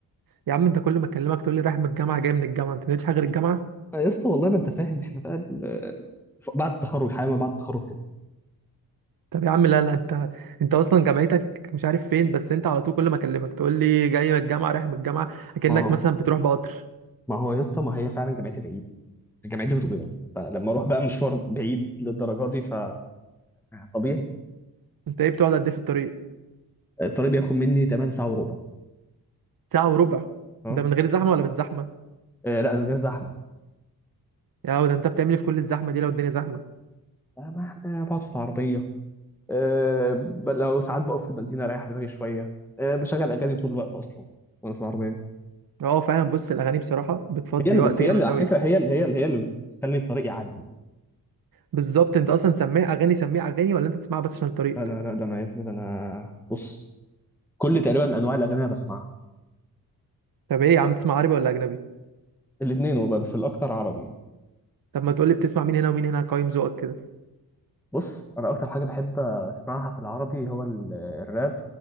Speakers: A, on the right; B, in the centre.
A: يا عم انت كل ما اكلمك تقول لي رايح من الجامعه جاي من الجامعه انت ما بتعملش حاجه غير الجامعه
B: آه، يا اسطى والله ما انت فاهم احنا بقى ال- آه، ف- بعد التخرج حاجه ما بعد التخرج كده
A: طب يا عم لا لا انت انت اصلا جامعتك مش عارف فين بس انت على طول كل ما اكلمك تقول لي جاي من الجامعه رايح من الجامعه اكنك
B: ما هو
A: مثلا بتروح بقطر
B: ما هو يا اسطى ما هي فعلا جامعتي بعيد جامعتي في دمياط فلما اروح بقى مشوار بعيد للدرجه دي ف طبيعي
A: انت ايه بتقعد قد ايه في الطريق
B: الطريق بياخد مني 8 ساعه وربع
A: ساعه وربع
B: اه
A: ده من غير زحمه ولا بالزحمه
B: آه، لا من غير زحمه
A: يا ده انت بتعمل إيه في كل الزحمه دي لو الدنيا زحمه
B: آه، ما احنا بقعد في العربيه أه ب- لو ساعات بقف في البنزينة اريح دماغي شوية أه بشغل اغاني طول الوقت اصلا وانا في العربية
A: اه فاهم بص الاغاني بصراحه بتفضي
B: هي اللي
A: وقت
B: بت...
A: جامد
B: هي اللي على
A: قوي
B: فكرة هي اللي هي اللي هي اللي بتخلي الطريق يعدي
A: بالظبط انت اصلا سميع اغاني سميع اغاني ولا انت بتسمعها بس عشان الطريق
B: لا لا لا ده انا يا ابني ده انا بص كل تقريبا انواع الاغاني انا بسمعها
A: طب ايه يا عم بتسمع عربي ولا اجنبي
B: الاثنين والله بس الاكتر عربي
A: طب ما تقولي بتسمع مين هنا ومين هنا قايم ذوقك كده
B: بص انا اكتر حاجة بحب اسمعها في العربي هو ال- الراب